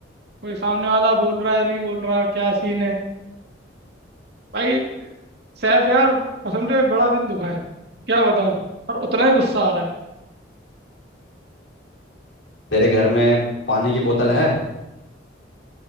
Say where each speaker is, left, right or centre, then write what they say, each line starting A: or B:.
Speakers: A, on the right; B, on the left.
A: कोई सामने वाला बोल रहा है नहीं बोल रहा क्या सीन है भाई सैफ यार कसम से बड़ा दिल दुखा है क्या बताऊं और उतना ही गुस्सा आ रहा है
B: तेरे घर में पानी की बोतल है